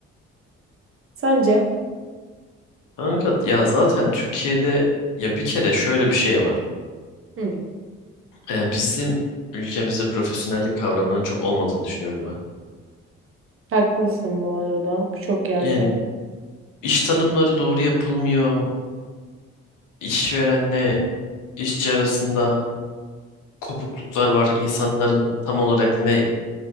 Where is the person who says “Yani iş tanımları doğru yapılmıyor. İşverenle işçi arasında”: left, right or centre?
Left